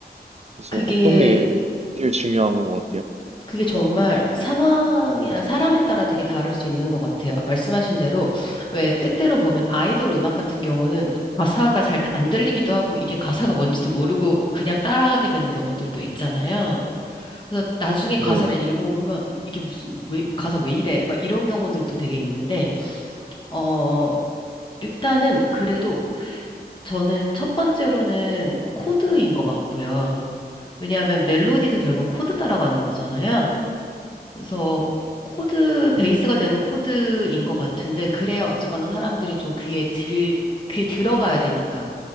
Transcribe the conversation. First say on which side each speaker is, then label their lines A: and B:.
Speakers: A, on the right; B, on the left.
A: 그래서
B: 그게
A: 어떤 게 제일 중요한 것 같아요?
B: 그게 정말 상황이나 사람에 따라 되게 다를 수 있는 것 같아요. 말씀하신 대로, 왜 때때로 보면 아이돌 음악 같은 경우는 가사가 잘 안 들리기도 하고 이게 가사가 뭔지도 모르고 그냥 따라하게 되는 경우들도 있잖아요. 그래서 나중에
A: 네.
B: 가사를 읽어보면 이게 무슨, 왜, 가사 왜 이래? 막 이런 경우들도 되게 있는데, 어, 일단은 그래도 저는 첫 번째로는 코드인 것 같고요. 왜냐하면 멜로디도 결국은 코드 따라가는 거잖아요. 그래서 코드, 베이스가 되는 코드인 것 같은데, 그래야 어쨌거나 사람들이 좀 귀에 들, 귀에 들어가야 되니까.